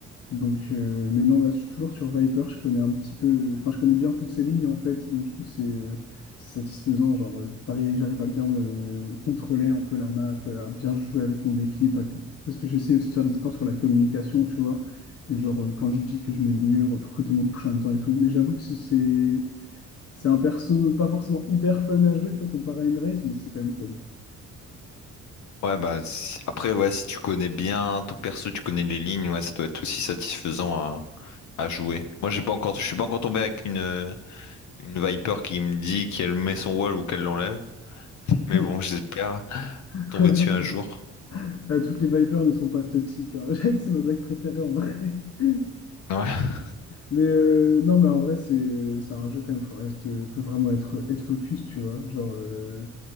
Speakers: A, on the left; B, on the left.
A: Donc, euh, mais non, là, je suis toujours sur Viper. Je connais un petit peu, enfin, je connais bien toutes ces lignes en fait. Donc, du coup, c'est euh, c'est satisfaisant. Genre, euh, pareil, j'arrive à bien me euh, contrôler un peu la map, euh, à bien jouer avec mon équipe, à que- parce que j'essaie aussi de faire des efforts sur la communication, tu vois. Mais genre, euh, quand je dis que je mets le mur pour que tout le monde pousse en même temps et tout. Mais j'avoue que c'est c'est c'est un perso pas forcément hyper fun à jouer, tu vois, comparé à une race, mais c'est quand même
B: Ouais, bah si- après, ouais, si tu connais bien ton perso, tu connais les lignes, ouais, ça doit être aussi satisfaisant à, à jouer. Moi, j'ai pas encore, je suis pas encore tombé avec une euh, une Viper qui me dit qu'elle met son wall ou qu'elle l'enlève. Mais
A: fun.
B: bon, <laughs> j'espère
A: <laughs>
B: tomber dessus un jour.
A: Euh, Toutes les Vipers ne sont pas toxiques. hein. <laughs> C'est ma blague préférée en vrai. <laughs>
B: Ouais,
A: Mais euh, non, mais en vrai, c'est euh, c'est un jeu quand même, faut, reste, euh, faut vraiment être, être focus, tu vois. Genre, euh,